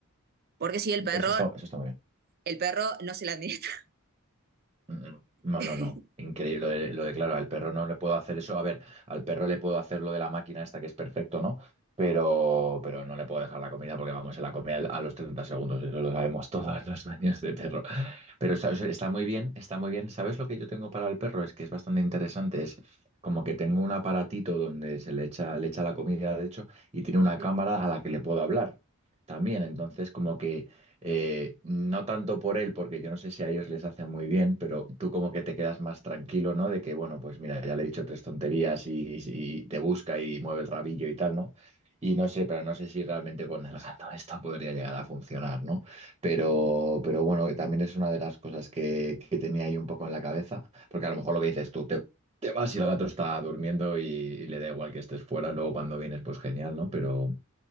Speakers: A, on the right; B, on the right.
A: Porque si el perro,
B: Eso está, eso está muy bien.
A: el perro no se la administra.
B: Mm, mm, No,
A: <laughs>
B: no, no. Increíble. Lo de, lo de, claro, al perro no le puedo hacer eso. A ver, al perro le puedo hacer lo de la máquina esta que es perfecto, ¿no? Pero, pero no le puedo dejar la comida porque vamos, se la come al- a los 30 segundos. Eso lo sabemos <laughs> todos los dueños de perro. Pero está, o sea, está muy bien, está muy bien. ¿Sabes lo que yo tengo para el perro? Es que es bastante interesante. Es como que tengo un aparatito donde se le echa, le echa la comida, de hecho, y tiene una cámara
A: Sí.
B: a la que le puedo hablar también. Entonces, como que eh, no tanto por él, porque yo no sé si a ellos les hace muy bien, pero tú como que te quedas más tranquilo, ¿no? De que, bueno, pues mira, ya le he dicho tres tonterías y, y te busca y mueve el rabillo y tal, ¿no? Y no sé, pero no sé si realmente con el gato esto podría llegar a funcionar, ¿no? Pero, pero bueno, que también es una de las cosas que, que tenía ahí un poco en la cabeza, porque a lo mejor lo que dices tú, te, te vas y el gato está durmiendo y, y le da igual que estés fuera, luego cuando vienes, pues genial, ¿no? Pero,